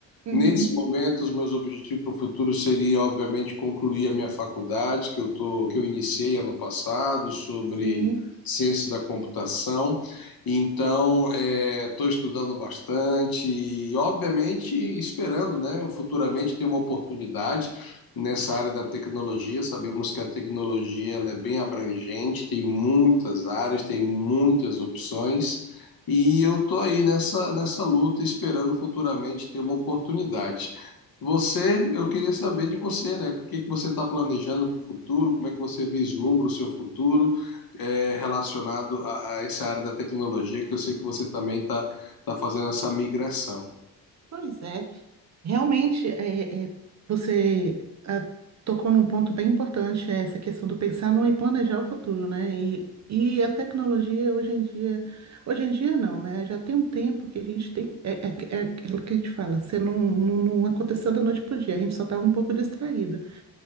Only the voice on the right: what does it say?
uhum,
sim.
Pois é. Realmente, é, é, você ah, tocou num ponto bem importante, é essa questão do pensar no e planejar o futuro, né? E, e a tecnologia hoje em dia, hoje em dia não, né? Já tem um tempo que a gente tem, é, é, é aquilo que a gente fala, você não, não, não aconteceu da noite para o dia, a gente só estava um pouco distraído.